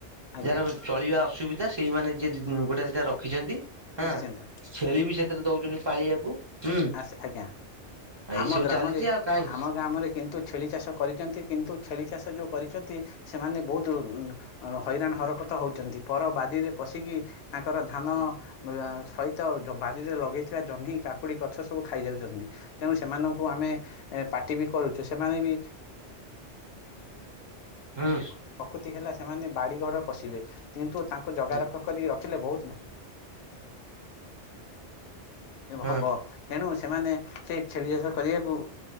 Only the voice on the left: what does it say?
ଆଜ୍ଞା
ନିଶ୍ଚିନ୍ତ
ଆ ଆଜ୍ଞା
ଆମ
ଗ୍ରାମରେ
ଆମ ଗ୍ରାମରେ କିନ୍ତୁ ଛେଳି ଚାଷ କରିଛନ୍ତି କିନ୍ତୁ ଛେଳି ଚାଷ ଯେଉଁ କରିଛନ୍ତି ସେମାନେ ବହୁତ ହଇରାଣ ହରକତ ହଉଛନ୍ତି ପର ବାଡ଼ିରେ ପଶିକି ତାଙ୍କର ଧାନ
ସହିତ ବାରିରେ ଲଗେଇଥିବା ଜହ୍ନି କାକୁଡି ଗଛ ସବୁ ଖାଇଯାଉଛନ୍ତି ତେଣୁ ସେମାନଙ୍କୁ ଆମେ ପାଟି ବି କରୁଛୁ ସେମାନେ ବି
ପ୍ରକୃତି ହେଲା ସେମାନେ ବାଡ଼ିଘର ପଶିବେ କିନ୍ତୁ ତାଙ୍କୁ ଜଗା
ରଖ କରି ରଖିଲେ ବହୁତ
ହବ ତେଣୁ ସେମାନେ ସେ ଛେଳି ଚାଷ କରିବାକୁ